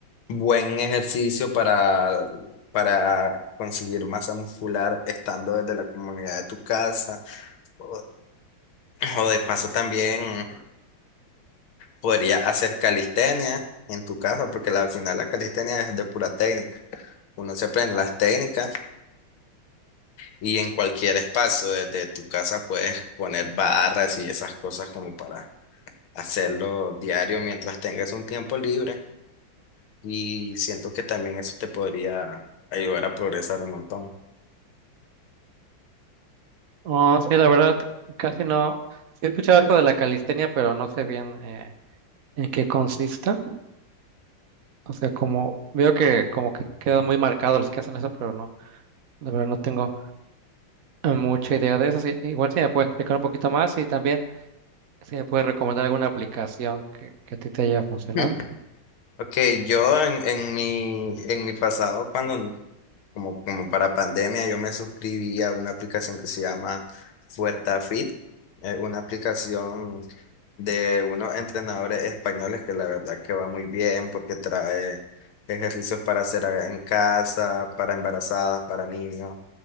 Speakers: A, on the left (about 85°); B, on the right (about 50°).
A: buen ejercicio para, para conseguir masa muscular estando desde la comunidad de tu casa. O, o de paso también. Podría hacer calistenia en tu casa, porque la- al final la calistenia es de pura técnica. Uno se aprende las técnicas y en cualquier espacio desde tu casa puedes poner barras y esas cosas como para hacerlo diario mientras tengas un tiempo libre. Y siento que también eso te podría ayudar a progresar un montón.
B: Oh, sí, la verdad, casi no. Sí he escuchado algo de la calistenia, pero no sé bien eh, en qué consista. O sea, como veo que como que quedan muy marcados los que hacen eso, pero no, la verdad no tengo eh, mucha idea de eso. Sí, igual si me puedes explicar un poquito más y también si me puedes recomendar alguna aplicación que, que a ti te haya funcionado.
A: <laughs> Ok, yo en, en mi, en mi pasado, cuando como, como para pandemia, yo me suscribí a una aplicación que se llama FuertaFit, eh, una aplicación de unos entrenadores españoles que la verdad que va muy bien porque trae ejercicios para hacer en casa, para embarazadas, para niños,